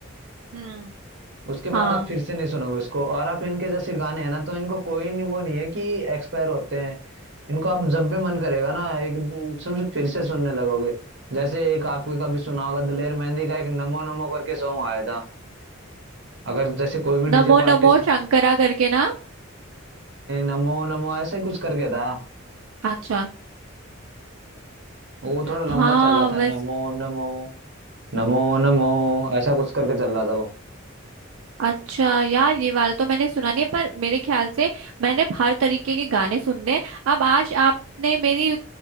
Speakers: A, on the right (about 85°); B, on the right (about 55°).
A: हम्म
B: उसके बाद
A: हाँ
B: आप फिर से नहीं सुनोगे उसको और आप इनके जैसे गाने हैं ना तो इनको कोई नहीं वो नहीं है कि एक्सपायर होते हैं इनको आप जब भी मन करेगा ना एकदम से फिर से सुनने लगोगे जैसे एक आपको कभी सुना होगा दिलेर मेहंदी का एक नमो नमो करके सॉन्ग आया था अगर जैसे कोई भी
A: नमो
B: डीजे आर्टिस्ट
A: नमो शंकरा करके ना
B: नमो नमो ऐसा ही कुछ करके था
A: अच्छा
B: वो थोड़ा लंबा
A: हाँ
B: चल रहा था
A: वैसे
B: नमो नमो नमो नमो ऐसा कुछ करके चल रहा था वो
A: अच्छा यार ये वाला तो मैंने सुना नहीं है, पर मेरे ख्याल से मैंने हर तरीके के गाने सुनने हैं। अब आज आपने मेरी